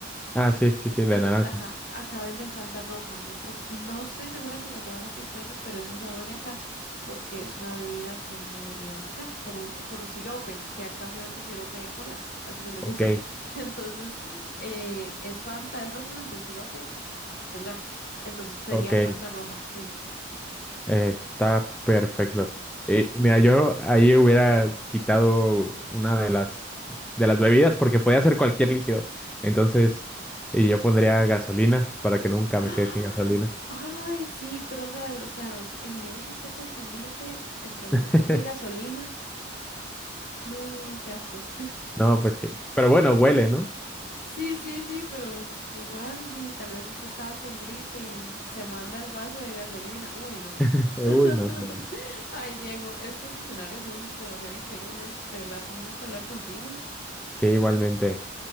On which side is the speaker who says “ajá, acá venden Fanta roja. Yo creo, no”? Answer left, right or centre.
Left